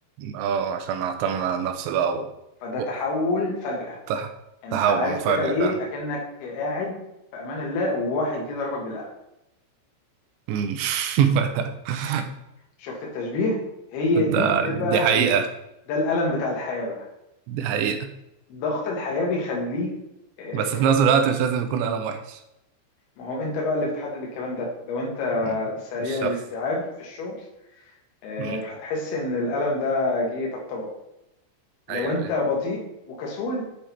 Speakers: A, on the right; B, on the left.
A: اه عشان اعتمد على نفسي بقى و...
B: فده
A: و...
B: تحول فجأة
A: ت-
B: انت
A: تحول
B: عارف
A: مفاجئ
B: كده ايه
A: فعلا
B: اكنك قاعد في امان الله وواحد جه ضربك بالقلم
A: مم. <laughs>
B: شفت التشبيه هي
A: ده
B: دي بتبقى
A: دي حقيقة
B: ال... ده الالم بتاع الحياه بقى
A: دي حقيقة
B: ضغط الحياه بيخليك آه،
A: بس في نفس الوقت مش لازم يكون قلم وحش
B: ما هو انت بقى اللي بتحدد الكلام ده لو انت
A: مم.
B: سريع
A: بالشخص
B: الاستيعاب في الشغل آه،
A: مم.
B: هتحس ان الالم ده جه طبطبه لو
A: ايوه
B: انت
A: ايوه
B: بطيء وكسول